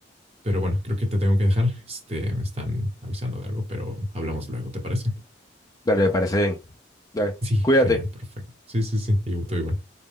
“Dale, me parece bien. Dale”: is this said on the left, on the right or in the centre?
Left